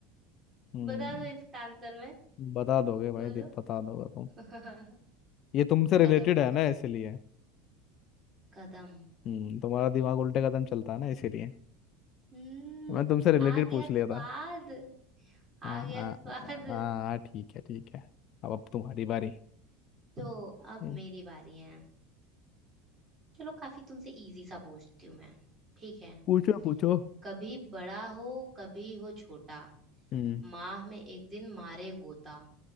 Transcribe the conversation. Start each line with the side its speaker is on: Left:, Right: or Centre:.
Left: हम्म
Right: बता दो इसका आंसर मैं
Left: बता दोगे भाई
Right: बोलो
Left: दीप बता दोगे तुम
Right: <laughs>
Left: ये तुमसे रिलेटेड
Right: कदम
Left: है ना इसीलिए
Right: कदम
Left: हम्म तुम्हारा दिमाग उल्टे कदम चलता है ना इसीलिए
Right: हम्म
Left: मैं तुमसे रिलेटेड
Right: आ गया
Left: पूछ
Right: स्वाद
Left: लिया था
Right: आ
Left: हाँ
Right: गया
Left: हाँ
Right: स्वाद
Left: हाँ हाँ, ठीक है ठीक है अब अब तुम्हारी बारी
Right: तो अब
Left: हम्म,
Right: मेरी बारी है चलो काफी तुमसे इजी सा पूछती हूँ मैं ठीक है
Left: पूछो पूछो
Right: कभी बड़ा हो कभी हो छोटा
Left: हम्म
Right: माह में एक दिन मारे गोता